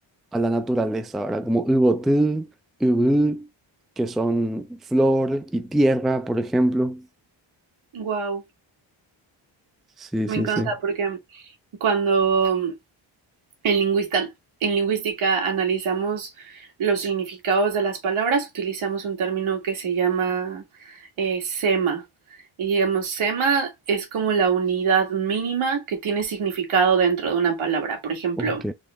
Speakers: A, in the centre; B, on the right.
A: a la naturaleza, ¿verdad? Como Ubotú, Ubú, que son flor y tierra, por ejemplo.
B: Wow,
A: Sí,
B: me
A: sí,
B: encanta
A: sí.
B: porque cuando En, lingüista- en lingüística analizamos los significados de las palabras, utilizamos un término que se llama eh, sema. Y digamos, sema es como la unidad mínima que tiene significado dentro de una palabra. Por ejemplo,
A: Ok.